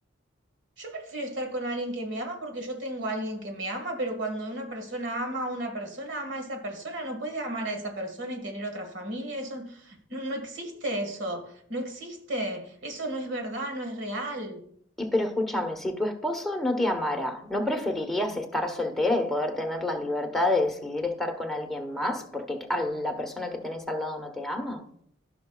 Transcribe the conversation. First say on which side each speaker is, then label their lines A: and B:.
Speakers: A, on the right (about 60°); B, in the centre.
A: Yo prefiero estar con alguien que me ama porque yo tengo a alguien que me ama, pero cuando una persona ama a una persona, ama a esa persona, no puede amar a esa persona y tener otra familia, eso no, no existe eso, no existe, eso no es verdad, no es real.
B: Y pero escúchame, si tu esposo no te amara, ¿no preferirías estar soltera y poder tener la libertad de decidir estar con alguien más porque a la persona que tenés al lado no te ama?